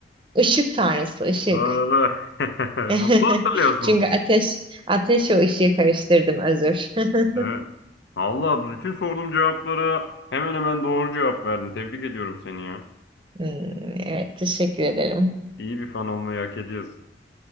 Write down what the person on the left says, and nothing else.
Doğru. <laughs> Bunu
da hatırlıyorsun.
Evet. Allah bütün sorduğum cevaplara hemen hemen doğru cevap verdin. Tebrik ediyorum seni ya.
İyi bir fan olmayı hak ediyorsun.